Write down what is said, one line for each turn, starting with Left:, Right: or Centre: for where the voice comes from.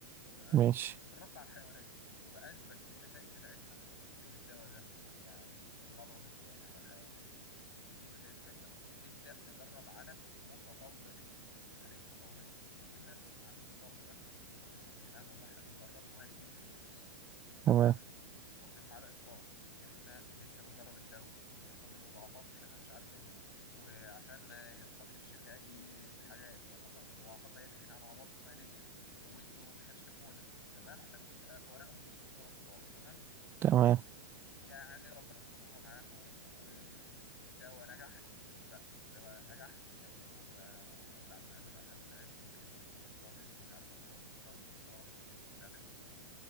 Left: تمام
Right: ماشي
Left: جربت على الحيوانات واثبت النتائج بتاعتها ان الدواء ده يعني في المرض الفلاني على الحيوانات بيجيب نتائج حلوه نبدا نجرب على متطوعين يعني ايه متطوعين بنجيب ناس عندهم المرض ده وبنقول لهم يا جدعان والله احنا بنجرب وهنديكم فلوس تمام
Right: تمام
Left: ونمضيهم على اقرار ان احنا لسه بنجرب الدواء وممكن يحصل منه ضعفات احنا ما احناش عارفينها وعشان ما يحصلش للشركة أي حاجات ولو حصلت المضاعفات ديت إحنا هنعوضكم ماليا وأنتوا مش هتشتكونا تمام عشان تبقى ورقهم مظبوط قدام القضاء تمام
Right: تمام
Left: يعني ربنا استرها معاهم والدواء نجح نشوف بقى الدواء نجح ولقوا إن هو بعد ما عملوا الأبحاث بتاعتهم والكيس كنترول ستاديز ومش عارف الكورت ستاديز والحوارات بتاعت ال...